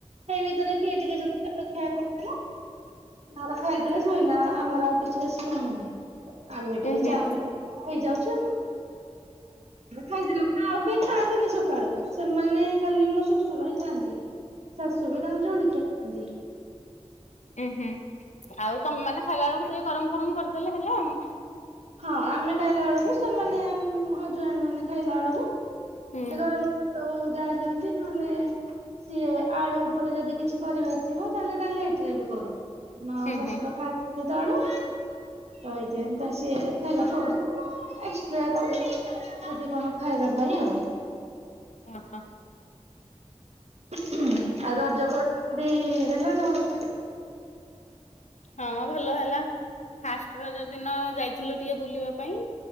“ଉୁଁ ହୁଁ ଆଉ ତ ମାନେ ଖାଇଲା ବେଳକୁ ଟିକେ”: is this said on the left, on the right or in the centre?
Left